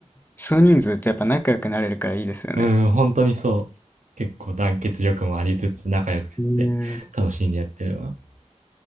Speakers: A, on the left; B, on the right.
A: 少人数ってやっぱ仲良くなれるからいいですよね。
B: うん、本当にそう。結構団結力もありつつ仲良くやって楽しんでやってるわ。
A: うーん。